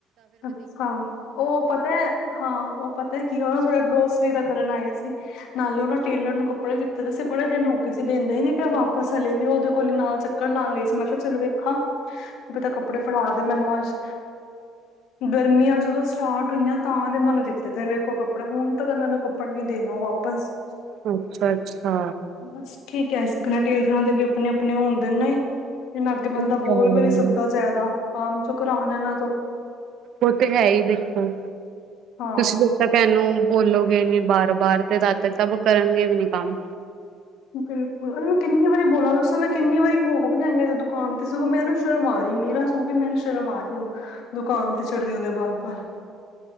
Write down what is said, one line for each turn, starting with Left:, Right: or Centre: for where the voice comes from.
Left: ਅੱਛਾ ਓ ਪਤਾ ਹੈ ਹਾਂ ਓ ਪਤਾ ਹੈ ਕੀ ਉਹਨਾਂ ਥੋੜ੍ਹਾ ਗਰੋਸਰੀ ਦਾ ਕਰਨ ਆਏ ਸੀ। ਨਾਲੇ ਉਹਨਾਂ ਟੇਲਰ ਨੂੰ ਕੱਪੜੇ ਦਿੱਤੇ ਦੇ ਸੀ ਬੜੇ ਦਿਨ ਹੋਗੇ ਸੀ ਦਿੰਦਾ ਹੀ ਨੀ ਪਿਆ ਵਾਪਸ ਹਲੇ ਵੀ ਉਹਦੇ ਕੋਲ ਨਾਲ ਚੱਕਰ ਲਾਣ ਗਈ ਸੀ ਮੈਂ ਕਿਆ ਚਲ ਵੇਖਾਂ ਕੀ ਪਤਾ ਕੱਪੜੇ ਫੜਾ ਦੇ ਮੈਨੂੰ ਅੱਜ ਗਰਮੀਆਂ ਜਦੋਂ ਸਟਾਰਟ ਈ ਤਾਂ ਦੇ ਮੈਨੂੰ ਦਿੱਤੇ ਮੇਰੇ ਕੋਲ ਕੱਪੜੇ ਹੁਣ ਤਾਂ ਕਦੇ ਮੈਨੂੰ ਕੱਪੜ ਨੀ ਦੇਗਾ ਵਾਪਸ
Right: ਅੱਛਾ-ਅੱਛਾ
Left: ਬਸ ਠੀਕ ਕ ਆ ਸਕਣਾ ਟੇਲਰਾਂ ਦੇ ਵੀ ਆਪਣੇ-ਆਪਣੇ ਹੁੰਦੇ ਨਈ ਇਹਨਾਂ ਅੱਗੇ ਬੰਦਾ
Right: ਉਹ ਤੇ
Left: ਬੋਲ
Right: ਹੈ
Left: ਵੀ
Right: ਹੀ
Left: ਨੀ ਸਕਦਾ ਜਾਦਾ ਕੰਮ 'ਚ ਕਰਾਂਣਾ ਇਹਨਾਂ ਤੋਂ
Right: ਓ ਤੇ ਹੈ ਹੀ ਦੇਖੋ ਤੁਸੀਂ
Left: ਹਾਂ
Right: ਦੇ ਤਾਂ ਕਹਨੂੰ ਬੋਲੋਗੇ ਨੀ ਬਾਰ-ਬਾਰ ਤੇ ਤਦ ਤੱਕ ਸ ਕਰਨਗੇ ਵੀ ਨੀ ਕੰਮ।
Left: ਬਿਲਕੁਲ ਅ ਮੈਂ ਕਿੰਨੀ ਵਾਰੀ ਬੋਲਾਂ ਦੱਸੋ ਮੈਂ ਕਿੰਨੀ ਵਾਰੀ ਹੋ ਭਜਾਈਆਂ ਦੁਕਾਨ ਤੇ ਸਗੋਂ ਮੈਂ ਇਹਨੂੰ ਸ਼ ਸ਼ਰਮ ਆਰੀ ਮੇਰਾ ਸੂਟ ਈ ਮੈਨੂੰ ਸ਼ਰਮ ਆਰੀ ਹੁਣ ਦੁਕਾਨ ਤੇ ਚੜ੍ਹਦੀ ਓਂਦੀ ਬਾਰ-ਬਾਰ।